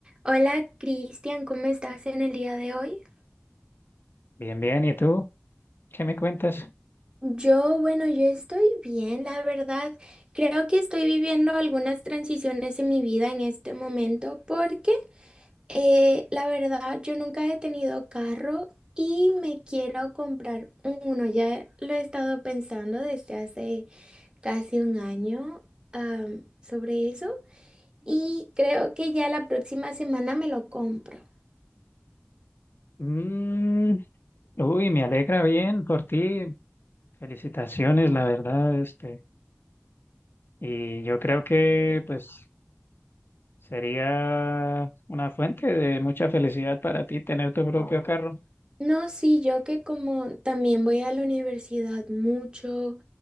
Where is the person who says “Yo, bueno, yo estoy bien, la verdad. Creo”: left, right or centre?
Right